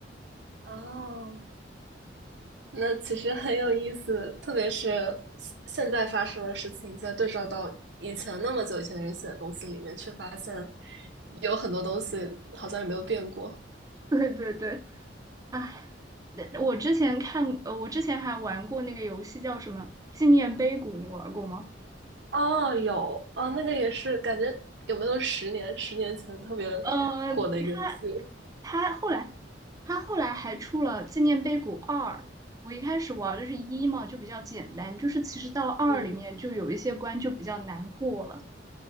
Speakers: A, on the right (about 65°); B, on the right (about 20°).
A: <laughs> 哦，那其实很有意思，特别是现现在发生的事情，再对照到以前那么久以前的人写的东西里面，却发现有很多东西好像也没有变过。
B: <laughs> 对对对，哎，那我之前看，呃，我之前还玩过那个游戏叫什么《纪念碑谷》，你玩过吗？
A: 哦，有，哦，那个也是，感觉有没有十年、十年前特别
B: 呃，
A: 火的一个游戏？
B: 他他后来他后来还出了《纪念碑谷二》。我一开始玩的是一嘛，就比较简单，就是其实到了二里面就有一些关就比较难过了。
A: 嗯，